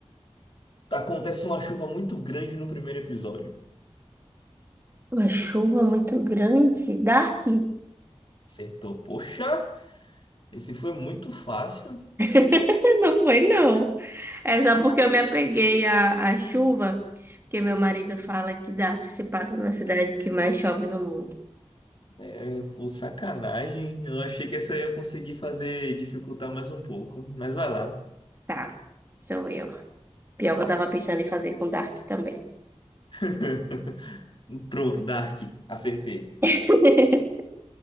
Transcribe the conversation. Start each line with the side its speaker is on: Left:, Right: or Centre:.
Left: tá, acontece uma chuva muito grande no primeiro episódio.
Right: Uma chuva muito grande, Dark?
Left: Acertou. Poxa, esse foi muito fácil.
Right: <laughs> Não foi, não. É só porque eu me apeguei à, à chuva, porque meu marido fala que Dark se passa na cidade que mais chove no mundo.
Left: É, foi sacanagem. Eu achei que essa aí eu consegui fazer dificultar mais um pouco, mas vai lá.
Right: Tá, sou eu. Pior que eu tava pensando em fazer com Dark também.
Left: <laughs> Pronto, Dark, acertei.
Right: <laughs>